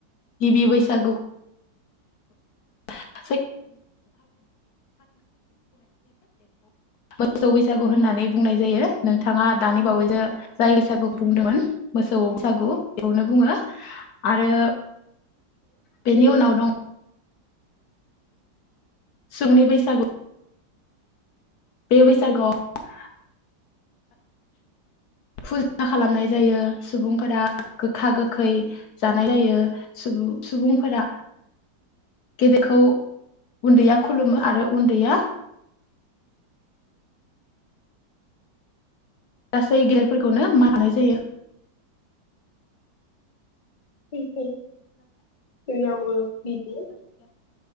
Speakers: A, on the left (about 65°); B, on the left (about 35°).
A: गिबि बैसागु <unintelligible> मोसौ बैसागु होननानै बुंनाय जायो नोंथाङा दानि बावैजों जाय बैसागु बुंदोंमोन मोसौ बैसागु बेखौनो बुङो आरो बेनि
B: नंगौ
A: उनाव दं सुंनि बैसागु बे बैसागु
B: नंगौ
A: आव फुजा खालामनाय जायो सुबुंफोरा गोखा गोखै जानाय जायो सुबुंफोरा गेदेरखौ उन्दैया खुलुमो आरो उन्दैया गासै गेदेरफोरखौनो मान होनाय जायो
B: सैथो जोंनावबो बिदिनो